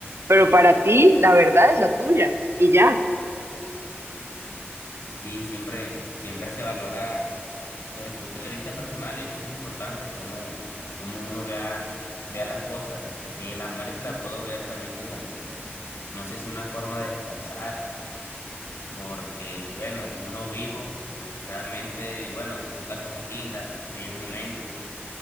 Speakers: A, on the right; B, on the left.
A: pero para ti la verdad es la tuya y ya.
B: Sí, siempre, siempre se valora pues el punto de vista personal, eso es lo importante, cómo, cómo uno vea, vea las cosas. Eh, la muerte la puedo ver también como, no sé si una forma de descansar, porque bueno, uno vivo realmente, bueno, disfruta cosas lindas, bellos momentos,